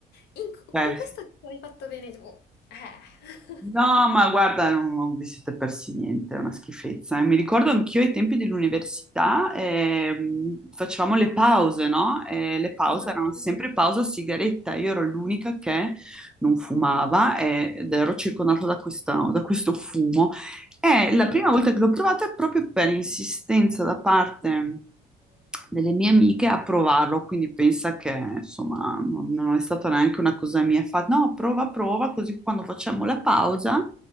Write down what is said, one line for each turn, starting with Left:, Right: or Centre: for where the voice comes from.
Left: in
Centre: eh
Left: questo hai fatto bene tu. Eh.
Centre: No, ma guarda, non, non vi siete persi niente, è una schifezza. eh. Mi ricordo anch'io ai tempi dell'università ehm, facevamo le pause, no? E le pause
Left: <laughs> Esatto.
Centre: erano sempre pausa sigaretta. Io ero l'unica che non fumava eh, ed ero circondata da questa- da questo fumo. E la prima volta che l'ho provata è proprio per insistenza da parte delle mie amiche a provarlo, quindi pensa che insomma non, non è stata neanche una cosa mia, fa no, prova, prova, così quando facciamo la pausa